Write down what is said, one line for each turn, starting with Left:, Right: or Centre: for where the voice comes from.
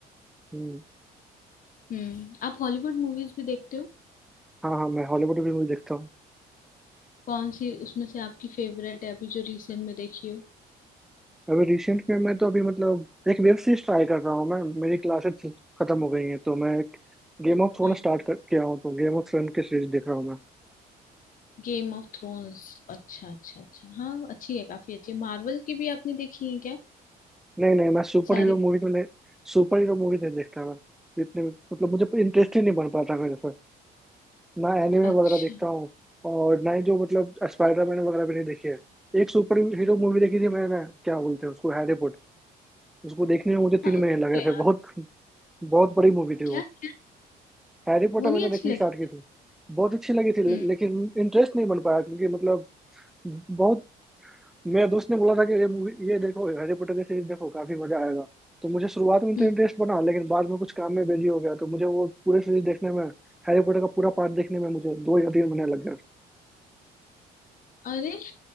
Centre: हम्म,
Left: हम्म आप हॉलीवुड मूवीज भी देखते हो
Centre: हाँ हाँ मैं हॉलीवुड की मूवी देखता हूँ
Left: कौन सी उसमें से आपकी फेवरेट है अभी जो रिसेंट में देखी हो
Centre: अभी रिसेंट में मैं तो अभी मतलब एक वेब सीरीज ट्राई कर रहा हूँ मैं मेरी क्लासेस खत्म हो गई हैं तो मैं एक गेम ऑफ थ्रोन
Left: हाँ
Centre: स्टार्ट कर किया हूँ तो गेम ऑफ थ्रोन की सीरीज देख रहा हूँ मैं
Left: Game of Thrones अच्छा अच्छा अच्छा हाँ अच्छी है काफी अच्छी है मार्वल की भी आपने देखी है क्या
Centre: नहीं नहीं मैं सुपर
Left: सारे
Centre: हीरो मूवी तो नहीं सुपर हीरो मूवी नहीं देखता मैं इतने मतलब मुझे इंटरेस्ट ही नहीं बन पाता मेरे से ना एनिमे
Left: अच्छा
Centre: वगैरह देखता हूँ और ना ही जो मतलब स्पाइडरमैन वगैरह भी नहीं देखी है एक सुपर हीरो मूवी देखी थी मैंने क्या बोलते हैं उसको हैरी उसको देखने में मुझे तीन
Left: हाँ
Centre: महीने
Left: तो
Centre: लगे
Left: यार
Centre: थे बहुत बहुत बड़ी मूवी थी वो
Left: क्या क्या
Centre: हैरी पॉटर
Left: वो नहीं
Centre: मैंने
Left: अच्छी
Centre: देखनी
Left: लगी
Centre: स्टार्ट की
Left: आपको?
Centre: थी बहुत अच्छी लगी थी ले-
Left: हम्म
Centre: लेकिन इंटरेस्ट नहीं बन पाया क्योंकि मतलब बहुत मेरे दोस्त ने बोला था कि ये मूवी ये देखो हैरी पॉटर की सीरीज देखो काफी मजा आएगा तो मुझे शुरुआत में
Left: हम्म
Centre: तो इंटरेस्ट बना लेकिन बाद में कुछ काम में बिजी हो गया तो मुझे वो पूरे सीरीज देखने में हैरी पॉटर का पूरा पार्ट देखने में मुझे दो या तीन महीने लग गए।
Left: अरे